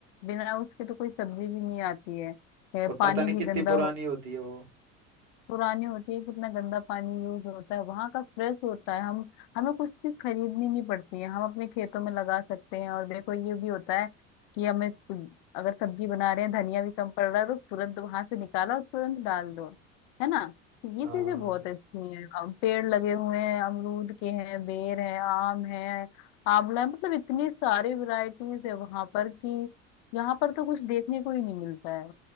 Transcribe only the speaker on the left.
बिना उसके तो कोई सब्जी भी नहीं आती है ए,
पानी
भी
गंदा
पुरानी होती है कितना गंदा पानी यूज होता है वहां का फ्रेश होता है हम हमें कुछ चीज खरीदनी नहीं पड़ती है हम अपने खेतों में लगा सकते हैं और देखो ये भी होता है कि हमें कुछ- अगर सब्जी बना रहे हैं धनिया भी कम पड़ रहा है तो तुरंत वहां से निकाला और तुरंत डाल दो है ना ये
चीजें बहुत अच्छी हैं अम, पेड़ लगे हुए हैं अमरूद के हैं बेर है आम है आंवला है मतलब इतनी सारी वैरायटीज है वहां पर कि यहाँ पर तो कुछ देखने को ही नहीं मिलता है